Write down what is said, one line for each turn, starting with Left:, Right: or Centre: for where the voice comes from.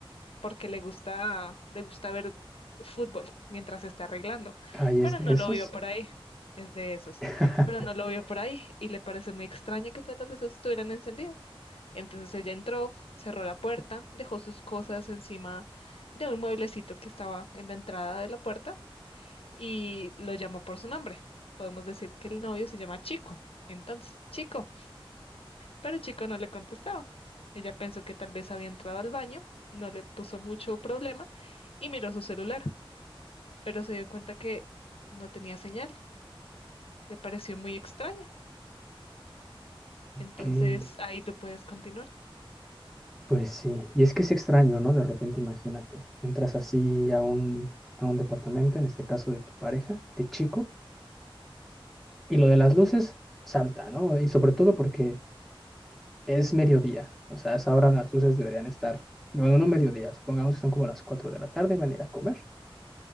Left: porque le gusta, le gusta ver fútbol mientras se está arreglando,
Centre: Ay,
Left: pero
Centre: es de
Left: no
Centre: esos.
Left: lo vio por ahí, es de esos,
Centre: <laughs>
Left: pero no lo vio por ahí y le pareció muy extraño que todas las luces estuvieran encendidas. Entonces ella entró, cerró la puerta, dejó sus cosas encima de un mueblecito que estaba en la entrada de la puerta y lo llamó por su nombre. Podemos decir que el novio se llama Chico. Entonces, Chico. Pero el chico no le contestaba. Ella pensó que tal vez había entrado al baño, no le puso mucho problema y miró su celular, pero se dio cuenta que no tenía señal. Le pareció muy extraño. Entonces
Centre: Que,
Left: ahí tú puedes continuar.
Centre: pues sí. Y es que es extraño, ¿no? De repente, imagínate, entras así a un, a un departamento, en este caso de tu pareja, de chico, y lo de las luces salta, ¿no? Y sobre todo porque Es mediodía, o sea, a esa hora las luces deberían estar, bueno, no no mediodía, supongamos que son como las 4 de la tarde, van a ir a comer,